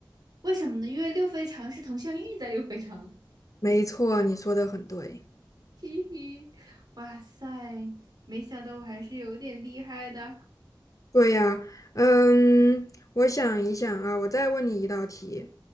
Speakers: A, on the right; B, on the left.
A: 为什么呢？因为六非常是佟湘玉在六非常。
B: 没错，你说的很对。
A: 嘿嘿，哇塞，没想到我还是有点厉害的。
B: 对呀，嗯，我想一想啊，我再问你一道题，